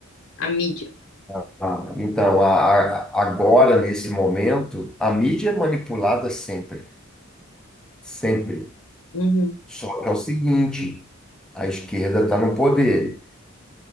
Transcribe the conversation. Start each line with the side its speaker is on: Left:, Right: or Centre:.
Left: A mídia.
Centre: Ah, então, a- a- agora, nesse momento, a mídia é manipulada sempre, sempre.
Left: Uhum.
Centre: Só que é o seguinte, a esquerda está no poder.